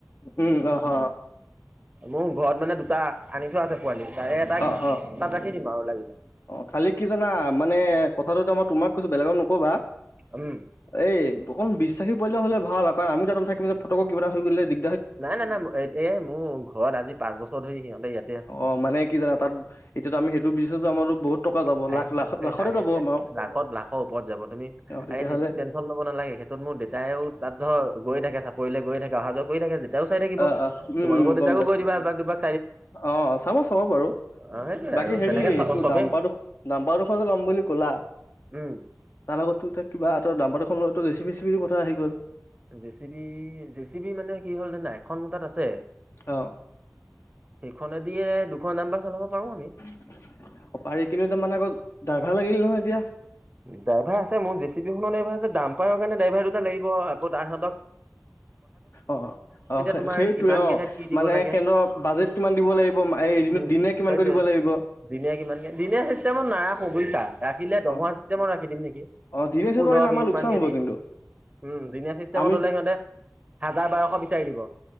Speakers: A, on the left (about 55°); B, on the right (about 25°).
A: উম অ হ
B: মোৰ ঘৰত মানে দুটা আনি থোৱা আছে পোৱালি তাৰে এটাক
A: অ অ অ
B: তাত ৰাখি দিম আৰু লাগিলে।
A: অ' খালি কি জানা, মানে কথাটো এতিয়া মই তোমাক কৈছোঁ বেলেগক নকবা।
B: উম
A: এই অকণ বিশ্বাসী পোৱালি এটা হ'লে ভাল আকৌ আমি তাত নাথাকিম যে ফটকে কিবা এটা হৈ গ'লে দি
B: নাই-নাই-নাই এই মোৰ ঘৰত আজি পাঁচ বছৰ ধৰি সিহঁতে ইয়াতে আছে।
A: অ', মানে কি জানা তাত এতিয়াটো আমি সেইটো <unintelligible> যাম আৰু বহুত টকা যাব
B: <unintelligible>
A: লাখ লাখত লাখতে যাব আমাৰ
B: লাখত লাখৰ ওপৰত যাব, তুমি আৰে
A: অ তেতিয়াহ'লে
B: সেইটোত টেনশন ল'ব নালাগে সেইটোত মোৰ দেউতায়েও তা ধৰ গৈ থাকে চাপৰিলে গৈ থাকে অহা যোৱা কৰি থাকে যেতিয়াও চাই থাকিব।
A: অ অ উম
B: তোমালোকৰ
A: উম গম
B: দেউতাকো
A: পাইছো
B: গৈ দিবা এবাক দুবাক
A: অ' চাব-চাব বাৰু
B: অ সেইটোয়ে
A: বাকী
B: আৰু
A: হেৰি
B: তেনেকে
A: তোৰ
B: চবেই
A: ডাম্পাৰ ডাম্পাৰ দুখন যে ল'ম বুলি কলা
B: উম
A: তাৰ লগতো এতিয়া কিবা এটা জাম্পাৰ দুখনৰটো জে চি বি চেসিবিৰো কথা আহি গ'ল।
B: J C B J C B মানে কি হ'ল জানা এখন মোৰ তাত আছে।
A: অ
B: সেইখনেদিয়ে দুখন ডাম্পাৰ চলাব পাৰোঁ আমি।
A: অ' পাৰি কিন্তু তাৰ মানে আকৌ ড্ৰাইভাৰ লাগিল নহয় এতিয়া।
B: ড্ৰাইভাৰ আছে মোৰ জে চি বিখনৰ ড্ৰাইভাৰ আছে, ডাম্পাৰৰ কাৰণে ড্ৰাইভাৰ দুটা লাগিব, আকৌ তাহাঁতক
A: অ'-অ',
B: তোমাৰ
A: সেইটোৱে
B: কিমান
A: অ'
B: কেহেত কি দিব
A: মানে
B: লাগে
A: সিহঁতৰ বাজেট কিমান দিব লাগিব এদিনত
B: উম
A: দিনে কিমান
B: সেইটোয়ে
A: কৰি দিব লাগিব।
B: দিনে কিমানকে, দিনে চিষ্টেমত নাৰাখোঁ বুজিছা, ৰাখিলে দৰ্মহা
A: অ
B: চিষ্টেম চিষ্টেমত ৰাখি দিম নেকি
A: অ দিনে হিচাপে
B: পোন্ধৰ,
A: আহিলে আমাৰ
B: বিশ
A: লোকচান
B: মানকে
A: হ'ব
B: দি?
A: কিন্তু
B: উম দিনীয়া চিষ্টেমত
A: আমি
B: হ'লে সিহঁতে হাজাৰ বাৰশ বিচাৰি দিব।